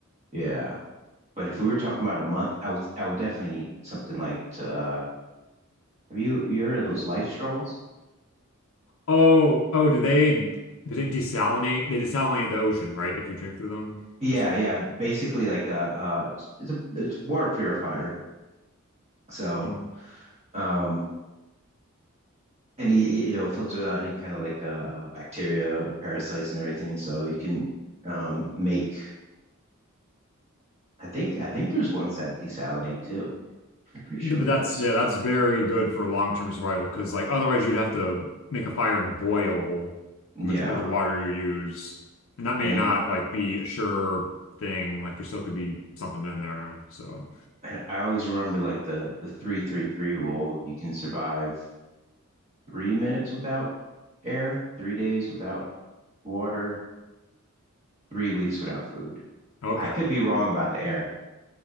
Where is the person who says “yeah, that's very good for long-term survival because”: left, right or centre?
Left